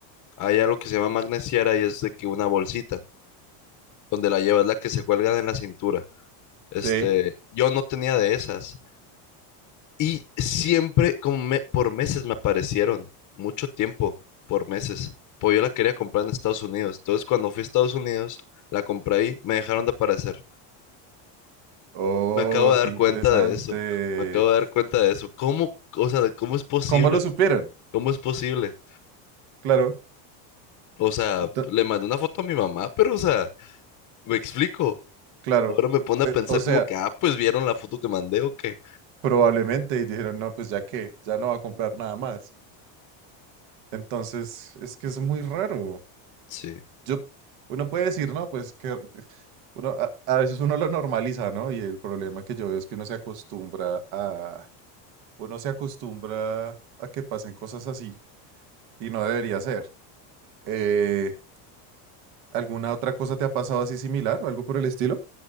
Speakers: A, on the left; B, on the right.
A: hay algo que se llama magnesiara y es de que una bolsita, donde la llevas la que se cuelga en la cintura. Este,
B: Sí.
A: yo no tenía de esas y siempre, como me- por meses me aparecieron, mucho tiempo, por meses, pues yo la quería comprar en Estados Unidos. Entonces cuando fui a Estados Unidos, la compré ahí, me dejaron de aparecer.
B: Oh,
A: Me acabo de dar
B: qué interesante.
A: cuenta de eso. Me acabo de dar cuenta de eso. ¿Cómo, o sea, cómo es posible?
B: ¿Cómo lo supieron?
A: ¿Cómo es posible?
B: Claro,
A: O sea,
B: ento-
A: le mandé una foto a mi mamá, pero, o sea, me explico.
B: claro.
A: Ahora me pone a
B: Eh,
A: pensar
B: o sea,
A: como que, ah, pues vieron la foto que mandé o qué.
B: probablemente y dijeron, no, pues ya que, ya no va a comprar nada más. Entonces, es que es muy raro.
A: Sí.
B: Yo, uno puede decir, no, pues que uno, a, a veces uno lo normaliza, ¿no? Y el problema que yo veo es que uno se acostumbra a, uno se acostumbra a que pasen cosas así y no debería ser. Eh, ¿alguna otra cosa te ha pasado así similar o algo por el estilo?